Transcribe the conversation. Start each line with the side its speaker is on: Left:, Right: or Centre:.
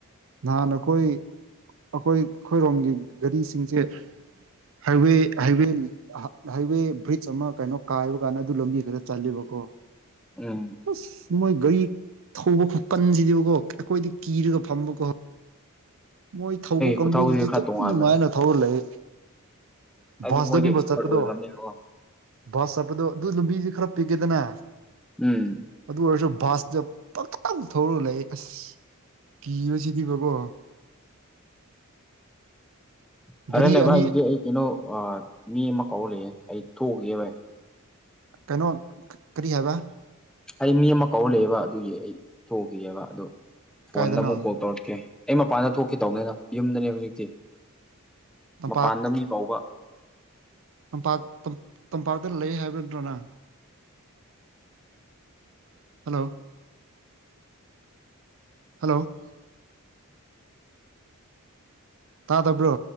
Right: ꯅꯍꯥꯟ ꯑꯩꯈꯣꯏ ꯑꯩꯈꯣꯏ ꯑꯩꯈꯣꯏꯔꯣꯝꯒꯤ ꯒꯥꯔꯤꯁꯤꯡꯁꯦ ꯍꯥꯏꯋꯦ ꯍꯥꯏꯋꯦ ꯍꯥꯏꯋꯦ ꯕ꯭ꯔꯤꯖ ꯑꯃ ꯀꯩꯅꯣ ꯀꯥꯏꯕ ꯀꯥꯟꯗ ꯑꯗꯨ ꯂꯝꯕꯤꯗꯨꯗ ꯆꯠꯂ‌ꯦꯕꯀꯣ
Centre: ꯎꯝ
Right: ꯑꯁ ꯃꯣꯏ ꯒꯥꯔꯤ ꯊꯧꯕ ꯈꯨꯀꯟꯁꯤꯗꯤ ꯕꯣ ꯑꯩꯈꯣꯏꯗꯤ ꯀꯤꯔꯒ ꯐꯝꯕ ꯀꯣ ꯃꯣꯏ ꯊꯧꯕ ꯀꯥꯡꯕꯨꯕꯨꯗꯤ
Centre: ꯈꯨꯊꯧꯁꯤꯗꯤ
Right: ꯑꯗꯨꯝ
Centre: ꯈꯔ ꯇꯣꯉꯥꯟꯕꯅꯦ
Right: ꯅꯨꯡꯉꯥꯏꯅ ꯊꯧ ꯂꯩꯌꯦ
Centre: ꯍꯥꯏꯗꯤ
Right: ꯕꯁꯗꯅꯤꯕ
Centre: ꯃꯣꯏꯗꯤ ꯑꯦꯛꯁꯄꯔꯠ
Right: ꯆꯠꯄꯗꯣ
Centre: ꯑꯣꯏꯈ꯭ꯔꯕꯅꯤꯅꯀꯣ
Right: ꯕꯁ ꯍꯥꯞꯄꯗꯣ ꯑꯗꯨ ꯂꯝꯕꯤꯖꯤ ꯈꯔ ꯄꯤꯛꯒꯦꯗꯅ
Centre: ꯎꯝ
Right: ꯑꯗꯨ ꯑꯣꯏꯔꯁꯨ ꯚꯁꯇ ꯄꯪꯊꯧꯗ ꯊꯧꯔꯒ ꯂꯩ ꯑꯁ ꯀꯤꯕꯁꯤꯗꯤꯕꯀꯣ
Centre: ꯐꯔꯦꯅꯦ
Right: ꯒꯥꯔꯤ
Centre: ꯚꯥꯏ
Right: ꯑꯅꯤ
Centre: ꯑꯗꯨꯗꯤ ꯑꯩ ꯀꯩꯅꯣ ꯑꯥ ꯃꯤ ꯑꯃ ꯀꯧꯔ ꯂꯩꯑꯦ ꯑꯩ ꯊꯣꯛꯎꯨꯒꯦ ꯚꯥꯏ
Right: ꯀꯩꯅꯣ ꯀꯔꯤ ꯍꯥꯏꯕ
Centre: ꯑꯩ ꯃꯤ ꯑꯃ ꯀꯧꯔ ꯂꯩꯌꯦꯕ ꯑꯗꯨꯒꯤ ꯑꯩ ꯊꯣꯛꯎꯈꯤꯒꯦꯕ ꯑꯗꫭ ꯐꯣꯟꯗ
Right: ꯀꯥꯏꯗꯅꯣ
Centre: ꯑꯃꯨꯛ ꯀꯣꯜ ꯇꯧꯔꯛꯀꯦ ꯑꯩ ꯃꯄꯥꯟꯗ ꯊꯣꯛꯀꯦ ꯇꯧꯕꯅꯤꯗ ꯌꯨꯝꯗꯅꯦ ꯍꯧꯖꯤꯛꯇꯤ
Right: ꯇꯝꯄꯥꯛ
Centre: ꯃꯄꯥꯟꯗ ꯃꯤ ꯀꯥꯎꯕ
Right: ꯇꯝꯄꯥꯛ ꯇꯝꯄꯥꯛꯇ ꯂꯩ ꯍꯥꯏꯕ ꯅꯠꯇ꯭ꯔꯣ ꯅꯪ ꯍꯜꯂꯣ ꯍꯜꯂꯣ ꯇꯥꯗꯕ꯭ꯔꯣ